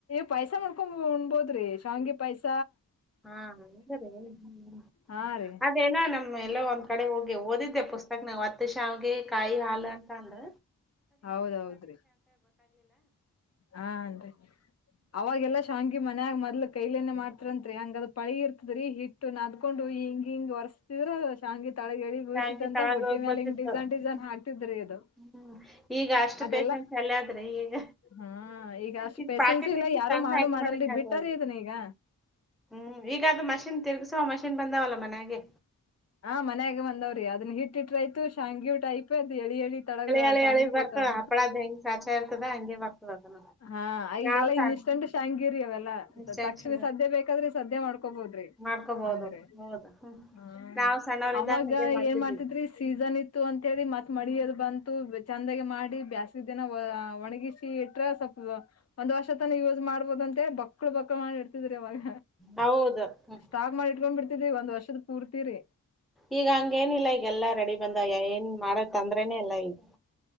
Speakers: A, on the left; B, in the centre.
A: ಪಾಯಸ ಮಾಡ್ಕೊ ಉಣ್ಬೋದ್ರಿ ಹಂಗೆ ಪೈಸ
B: ಹಾ ಸ್ಮ
A: ಹಾ ರೀ
B: ಅದೇನ ನಮ್ಮ್ ಎಲ್ಲ ಒಂದ್ ಕಡೆ ಹೋಗ್ ಗೆ ಓದಿದ್ದೆ ಪುಸ್ತಕ ನವು ಹತ್ತ ಶಾವಿಗೆ ಕಾಯಿ ಹಾಲಕ ಅಂದ್ರ
A: ಹೌದೌದ್ರಿ ಹನ್ರಿ ಅವಾಗೆಲ್ಲಾ ಶಾಂಗಿ ಮನ್ಯಾಗ ಮತ್ ಕೈಲೇ ಮಾಡತಾರಂತ್ರಿ ಹಂಗ ಅದು ಪಳಿ ಇರ್ತದ್ರೀ ಹಿಟ್ಟ ನ ಅದ್ಕೊಂಡು ಹಿಂಗ ಹಿಂಗ ಹೊರಸತಿದ್ರ ಶಂಗೀ ತಳಗ ಎಳ
B: ಬೆಚ್ಚಗಾಗಿ
A: ಬೀಳತ್ಂತ
B: ತಳಗ
A: ಬುಟ್ಟಿ
B: ಹೋಗಿ
A: ಮ್ಯಾಲ
B: ಬೀಳ್ತಿತ್ತು
A: ಹಿಂಗ್ ಡಿಸೈನ್
B: ಹ್ಮ್
A: ಡಿಸೈನ್ ಹಾಕ್ತಿದ್ರಿ ಅದು
B: ಹ್ಮ್. ಈಗ ಅಷ್ಟು
A: ಅದೆಲ್ಲಾ
B: ಪೇಶನ್ಸ್ ಎಲ್ಲ ಆದ್ರೆ ಈಗ
A: ಹಾ ಅಷ್ಟ್
B: ಈಗ
A: ಪೇಶನ್ಸ
B: ಪಾಕೆಟ್
A: ಇಲ್ಲ ಯಾರು
B: ತಂದು
A: ಮಾಡು
B: ಅಡ್ಗೆ
A: ಮಾಡಲ್ರಿ
B: ಮಾಡಕ ಆಗಲ್
A: ಬಿಟ್ಟಾರಿ ಅದನ್ನ ಈಗ
B: ಹ್ಮ್ ಈಗಾದ ಮಷಿನ್ ತಿರ್ಗಸ ಹ ಮಷೀನ್ ಬಂದಾವಲ್ಲ ಮನೆಗೆ
A: ಹಾ ಮನ್ಯಾಗ ಬಂದವ್ರಿ ಅದನ್ ಹಿಟ್ಟಿಟ್ರ ಆಯ್ತು ಶಾಂಗಿವ್ ಟೈಪ್ ಎಳಿ ಎಳಿ ತಡಗ
B: ಎಳಿ
A: ಶಾಂಗಿ
B: ಎಳಿ ಬರ್ತಾವ
A: ಬೋತಾವ
B: ಹಪ್ಪಳದ ಹೆಂಗ್ ಸಾಚಾ ಇರ್ತದ ಹಂಗೆ ಬರ್ತದ ಅದನ್ನು.
A: ಹಾ ಈಗೆಲ್ಲಾ
B: ನಾವ್ ಸಣ್ಣ
A: ಇನ್ಸ್ಟಂಟ್ ಶಾಂಗಿರಿ ಅವೆಲ್ಲಾ
B: ಮಿಸ್ಟೇಕ್ಸ್
A: ತಕ್ಷಣ ಸದ್ಯ ಬೇಕಾದ್ರೆ ಸದ್ಯ ಮಾಡ್ಕೊಬೋದ್ರಿ
B: ಮಾಡ್ಕೋಬಹುದು
A: ಅಂಗ್ರ
B: ಹೌದು ಹ್ಮ್
A: ಹ
B: ನಾವ್ ಸಣ್ಣವ್ರಿದ್ದಾಗ
A: ಅವಾಗ
B: ಹಂಗೆ ಮಾಡ್ತಿದ್ವಿ
A: ಏನ್ ಮಾಡ್ತಿದ್ರಿ ಸೀಸನ್ ಇ ತ್ತು ಅಂತಿ ಮತ್ ಮಳದ ಬಂತು ಚಂದಾಗ ಮಾಡಿ ಬೇಸ್ ದನ ಒಣಗಿಸಿ ಇಟ್ರ ಸ್ವಲ್ಪ ಒಂದ್ ವರ್ಷ ತನ ಯೂಸ್ ಮಾಡ್ಬೋದ ಅಂತೇಳಿ ಬಕ್ಳ ಬಕ್ಳು ಮಾಡಿ ಅವಾಗ
B: ಹೌದು ಹ್ಮ್.
A: ಸ್ಟಾಕ್ ಮಾಡಿ ಇಟ್ಕೊಂಡ್ ಬಿಡ್ತಿದಿ ಒಂದ್ ವರ್ಷ ದು ಪೂರ್ತಿ ರಿ
B: ಈಗ ಹಂಗೇನಿಲ್ಲ ಈಗೆಲ್ಲ ರೆಡಿ ಬಂದ ಏನ್ ಮಾಡಕ್ ತಂದ್ರೇನೇ ಇಲ್ಲ ಈಗ